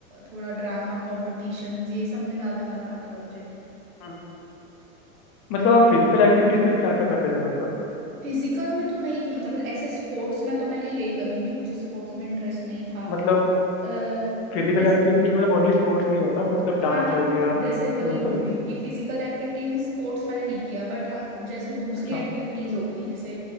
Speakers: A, on the right; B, on the left.
A: थोड़ा ड्रामा कॉम्पिटिशन ये सब में ज़्यादा मज़ा आता था मुझे
B: हम्म। मतलब आप फिजिकल एक्टिविटीज में क्या क्या करते थे मतलब
A: फिजिकल में तो नहीं थी मतलब ऐसे स्पोर्ट्स में तो मैं नहीं गई कभी भी मुझे स्पोर्ट्स में इंटरेस्ट नहीं था
B: मतलब
A: अ, जैसे
B: फिजिकल एक्टिविटीज में ओनली स्पोर्ट्स नहीं होता मतलब डांस
A: हाँ हाँ
B: हो
A: हाँ
B: गया
A: जैसे वही
B: वो
A: बोल
B: सब
A: रही
B: भी
A: हूँ कि फिजिकल एक्टिविटी में स्पोर्ट्स मैंने नहीं किया बट हाँ जैसे दूसरी
B: अच्छा
A: एक्टिविटीज हो गई जैसे